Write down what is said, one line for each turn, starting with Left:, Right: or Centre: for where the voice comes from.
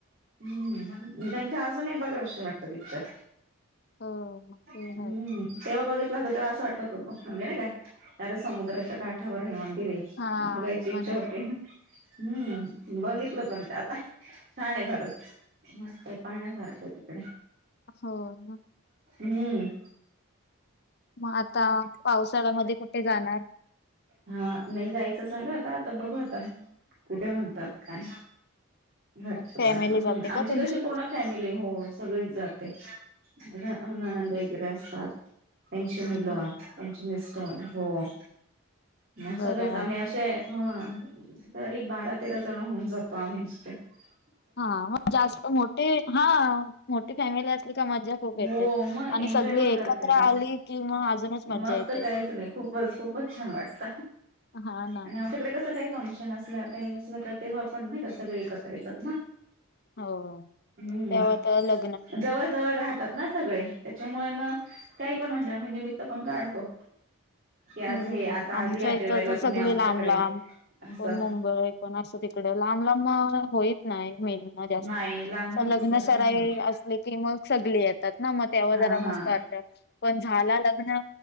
Right: हम्म त्यांचे अजूनही बघावेशे वाटत पिक्चर
Left: हो ते हो
Right: हम्म
Left: हो
Right: तेव्हा बघितला तेव्हा असं वाटत म्हणजे नाही का समुद्राच्या काठावर हे म्ह
Left: हा
Right: बघायची
Left: म्हण
Right: इच्छा होती. हम्म बघितलं पण ते आता छान आहे खरंच मस्त आहे पाहण्यासारखं <inaudible>
Left: हो म.
Right: हम्म.
Left: मग आता पावसाळ्यामध्ये कुठे जाणार?
Right: हा नाही जायचं चालूय आता बघूया आता कुठे म्हणतात काय. घरचे
Left: फॅमिली
Right: पण हम्म
Left: जाते
Right: आमची
Left: का तुमची?
Right: कशी पूर्ण फॅमिली हो सगळीच जात. ते नणंद वैगेरे असतात. त्यांची मुलं
Left: हा
Right: त्यांचे मिस्टर हो ह
Left: बरं
Right: सगळेच
Left: आहे.
Right: आम्ही अशे ह तरी बारा तेरा जण होऊन जातो आम्ही इतक्यात.
Left: हा मग जास्त मोठी हा मोठी फॅमिली असली का मजा खूप येते.
Right: हो मग
Left: आणि
Right: एन्जॉय
Left: सगळी
Right: पण करता
Left: एकत्र
Right: येतो
Left: आली कि मग अजूनच मज्जा
Right: मग
Left: येते.
Right: तर काहीच नाही खूपच खूपच छान वाटतं.
Left: हा ना
Right: आणि आमच्याकडे कसं काय फंक्शन असल्या काही असल्या तर तेव्हा पण नाही का सगळे एकत्र येतात ना.
Left: हो
Right: हम्म
Left: तेव्हा तर अलग.
Right: जवळ जवळ राहतात ना सगळे त्याच्यामुळे मग काही पण म्हणजे म्हणजे मी पण काढतो की आज
Left: हम्म
Right: हे आता
Left: आमच्या
Right: आज या
Left: इथं
Right: जेवायला
Left: तर
Right: तुम्ही
Left: सगळी
Right: आमच्याकडे.
Left: लांब लांब
Right: असं
Left: कोण मुंबई कोण असं तिकड लांब लांब म होईत नाही. होईना जास्त
Right: नाही लांब लांबच
Left: तर लग्न
Right: घर
Left: सराई
Right: नाही होत.
Left: असले की मग सगले येतात ना मग तेव्हा
Right: हा
Left: जरा
Right: हा
Left: मस्त करत्यात पण झाला लग्न